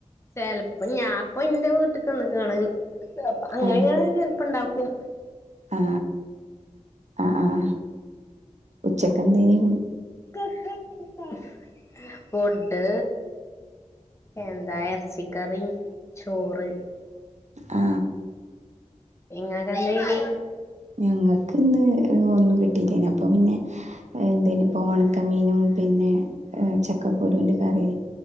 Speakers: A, on the left (about 20°); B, on the right (about 70°).
A: ചിലപ്പോ ഞാൻപ്പൊ ഇന്റെ വീട്ടക്ക് വന്ന്ക്കാണ് <unintelligible>
B: ആ
A: ചെലപ്പോ ഇണ്ടാക്കും
B: ആ ആ ആഹ ഉച്ചക്കെന്ത ഇനി <unintelligible>
A: <unintelligible> ഫുഡ്‌ എന്താ ഇറച്ചിക്കറി ചോറ്.
B: ആ
A: ഇങ്ങക്ക് എന്തിയിനി
B: ഞങ്ങക്ക് ഇന്ന് ഒന്നും കിട്ടിയില്ലെന്ന് അപ്പോൾ പിന്നെ എന്തേയ്ന് ഇപ്പോ ഉണക്കമീനും പിന്നെ ചക്കക്കുരുന്റെ കറി.